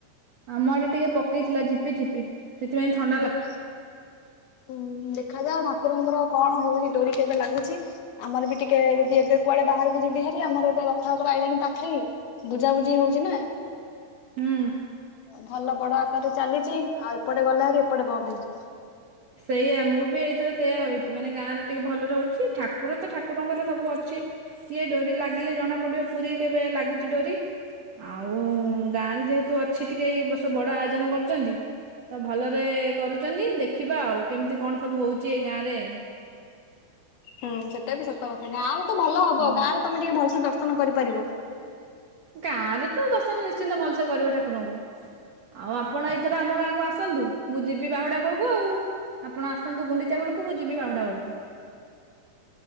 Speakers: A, on the right; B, on the left.
A: ଆମ ଆଡେ ଟିକେ ପକେଇଥିଲା ଝିପିଝିପି ସେଥିପାଇଁ ଥନ୍
B: ଦେଖ <inaudible> ଉଁ-ଉଁ-ଉଁ ଦେଖାଯାଉ ଠାକୁରଙ୍କର କଣ ହଉଚି ଡୋରି କେବେ ଲାଗୁଚି। ଆମର ବି ଟିକେ ଯଦି ଏବେ କୁଆଡେ ବାହାରକୁ ଯିବି ହାରି ଆମର ଏବେ ରଥଯାତ୍ରା ଆଇଲାଣି ପାଖେଇ। ବୁଝାବୁଝି ହଉଚି ନା।
A: ହୁଁ।
B: ଭଲ ବଡ ଆକାରରେ ଚାଲିଚି ଆଉ ଏପଟେ ଗଲା ହାରି ଏପଟେ ବନ୍ଦ ହେଇଯିବ।
A: ସେଇଆ ମୁଁ ବି ଏଇଥର ସେଇଆ ଭାବିଛି ମାନେ ଗାଁରେ ଟିକେ ଭଲରେ ହୋଉଚି ଠାକୁର ତ ଠାକୁରଙ୍କର ସବୁ ଅଛି। ସିଏ ଡୋରି ଲାଗିଲେ ଜଣା ପଡିବ ପୁରୀ କେବେ ଲାଗୁଚି ଡୋରି। ଆଉ ଗାଁରେ ଯେହେତୁ ଅଛି ଟିକେ ଏଇ ବର୍ଷ ବଡ ଆୟୋଜନ କରିଚନ୍ତି। ତ ଭଲରେ କରୁଚନ୍ତି ଦେଖ ଦେଖିବା ଆଉ କେମିତି କଣ ସବୁ ହୋଉଚି ଏଇ ଗାଁ ରେ।
B: ହୁଁ ସେଟା ବି ସତ କଥା ଗାଁ ର ତ ଭଲ ହବ
A: ହୁଁ
B: ଗାଁରେ ତମେ ଟିକେ ଭଲସେ ଦର୍ଶନ କରିପାରିବ।
A: ଗାଁ ରେ ତ ଦର୍ଶନ ନିଶ୍ଚିନ୍ତ ଭଲସେ କରିବ ଠାକୁରଙ୍କୁ। ଆଉ ଆପଣ ଏଇଥର ଆମ ଗାଁକୁ ଆସନ୍ତୁ, ମୁଁ ଯିବି ବାହୁଡା ବେଳୁକୁ ଆଉ। ଆପଣ ଆସନ୍ତୁ ଗୁଣ୍ଡିଚା ବେଳୁକୁ ମୁ ଯିବି ବାହୁଡା ବେଳୁକୁ।